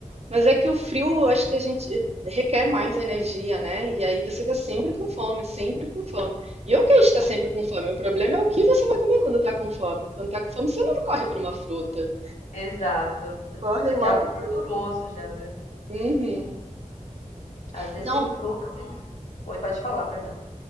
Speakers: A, on the right; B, on the left.
A: mas é que o frio, eu acho que a gente requer mais energia, né? E aí você tá sempre com fome, sempre com fome. E eu quero estar sempre com fome, o problema é o que você vai comer quando tá com fome. Quando tá com fome, você não corre por uma fruta.
B: Exato.
A: Corre
B: Já
A: logo.
B: que é algo
A: pro-
B: gorduroso já, né?
A: Uhum.
B: Às vezes
A: Então,
B: tem frutas e... Oi, pode falar, perdão.